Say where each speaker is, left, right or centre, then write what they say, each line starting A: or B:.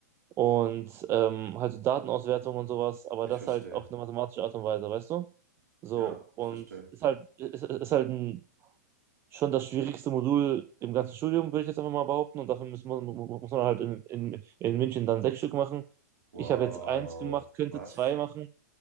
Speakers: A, on the right; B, on the right.
A: und ähm, halt so Datenauswertung und sowas, aber
B: ich
A: das
B: verstehe.
A: halt auf eine mathematische Art und Weise, weißt du? So,
B: Ja,
A: und
B: ich verstehe.
A: ist halt, ist, ist halt ein schon das schwierigste Modul im ganzen Studium, würde ich jetzt einfach mal behaupten. Und dafür muss man, muss man halt in, in, in München dann sechs Stück machen.
B: Wow,
A: Ich habe jetzt eins gemacht, könnte
B: was?
A: zwei machen.